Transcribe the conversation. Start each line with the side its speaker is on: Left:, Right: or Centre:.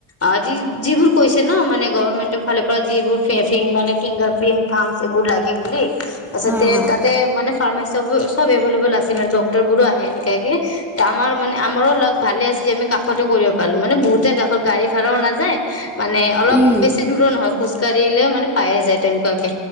Left: অ যি যিবোৰ কৈছে ন মানে গভৰ্মেণ্টৰ ফালৰ পৰা যিবোৰ মানে ফিংগাৰ প্ৰিণ্ট থামচ এইবোৰ লাগে বুলি।
Centre: হয় হয়
Left: তাতে মানে ফাৰ্মাচী চব এভেইলেবল আছিল মানে ডক্তৰ বোৰো আহে এনেকাকে ত' আমাৰ মানে আমাৰো লাক ভালে আছে যে আমি কাষতে কৰিব পালো, মানে বহুতে কাষত গাড়ী ভাড়াও নাযায়, মানে অলপ
Centre: উম
Left: বেছি দূৰো নহয় খোজকাঢ়িলেও মানে পাইহে যায় তেনেকুৱাকে